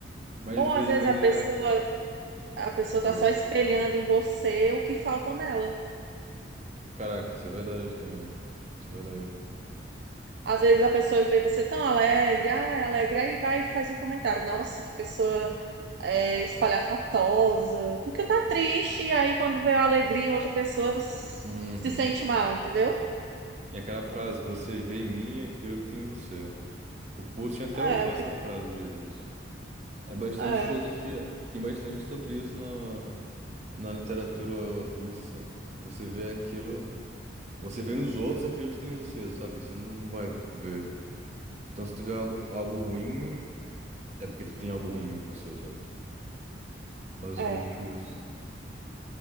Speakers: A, on the right; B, on the right.
A: Mas
B: Ou
A: vê
B: às
A: de
B: vezes
A: maneira.
B: a pessoa, a pessoa
A: Oi.
B: tá só espelhando em você o que falta nela.
A: Caraca, isso é verdade também. Isso é verdade.
B: Às vezes a pessoa vê você tão alegre, ah, é alegre, aí vai e faz um comentário. Nossa, que pessoa é, espalhafatosa, porque tá triste, e aí quando vê a alegria em outra pessoa s-
A: Uhum.
B: se sente mal, entendeu?
A: E aquela frase, você vê em mim aquilo que tem em você. O Putin até
B: É,
A: usou
B: o que
A: essa frase um dia desses. É bastante
B: é,
A: filosofia, tem bastante sobre isso na, na literatura russa. Você vê aquilo, você vê nos outros aquilo que tem em você, sabe? Você não vai ver. Então se tu vê algo, algo ruim, é porque tu tem algo ruim de você, sabe? Basicamente
B: é,
A: isso.